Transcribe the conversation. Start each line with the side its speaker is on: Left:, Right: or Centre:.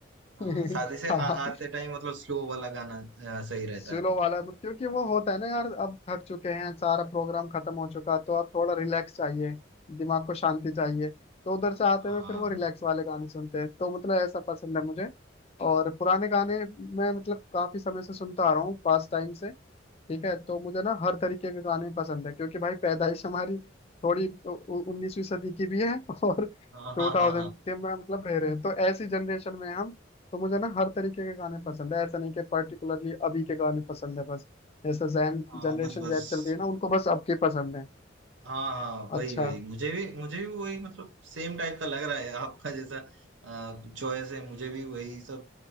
Right: हाँ
Left: <laughs>
Right: शादी से
Left: हाँ
Right: आ, आते टाइम मतलब स्लो वाला गाना आ, सही रहता
Left: स्लो
Right: है
Left: वाला मत- क्योंकि वो होता है ना यार अब थक चुके हैं सारा प्रोग्राम खत्म हो चुका तो अब थोड़ा रिलैक्स चाहिए दिमाग को शांति चाहिए तो उधर से आते
Right: हाँ
Left: हुए फिर वो रिलैक्स वाले गाने सुनते हैं तो मतलब ऐसा पसंद है मुझे और पुराने गाने मैं मतलब काफी समय से सुनता आ रहा हूँ पास टाइम से ठीक है तो मुझे ना हर तरीके के गाने पसंद है क्योंकि भाई पैदाइश हमारी थोड़ी उन्नीसवीं सदी की भी है <laughs> और
Right: हाँ
Left: टू
Right: हाँ
Left: थाउजेंड
Right: हाँ हाँ हाँ
Left: के में मतलब रह रहे हैं तो ऐसी जनरेशन में हम तो मुझे ना हर तरीके के गाने पसंद है ऐसा नहीं कि पर्टिकुलरली अभी के गाने पसंद है बस जैसे जैन
Right: हाँ,
Left: जनरेशन
Right: बस बस
Left: जैद चल रही है ना उनको बस अब के पसंद है
Right: हाँ हाँ वही
Left: अच्छा
Right: वही मुझे भी मुझे भी वही मतलब सेम टाइप का लग रहा है आपका जैसा चॉइस है मुझे भी वही सब